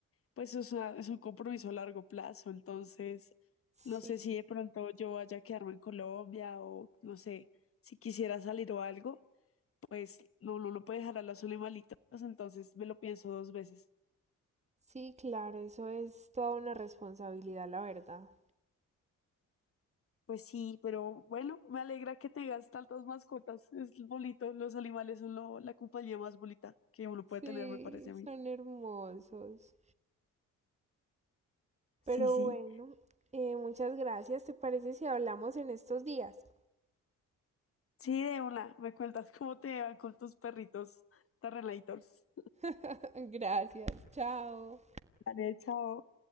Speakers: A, on the left (about 45°); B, on the right (about 20°).
A: pues es, una- es un compromiso a largo plazo, entonces no
B: Sí,
A: sé si de pronto yo vaya a quedarme en Colombia o no sé, si quisiera salir o algo, pues no, no, no puede dejar a los animalitos, entonces me lo pienso dos veces.
B: sí, claro, eso es toda una responsabilidad, la verdad.
A: Pues sí, pero bueno, me alegra que tengas tantas mascotas, es bonito, los animales son lo- la compañía más bonita que uno puede
B: Sí,
A: tener, me parece a
B: son
A: mí.
B: hermosos.
A: Sí,
B: Pero
A: sí.
B: bueno, eh, muchas gracias. ¿Te parece si hablamos en estos días?
A: Sí, de una. Me cuentas cómo te van con tus perritos Terrelators.
B: <laughs> Gracias, chao.
A: Dale, chao.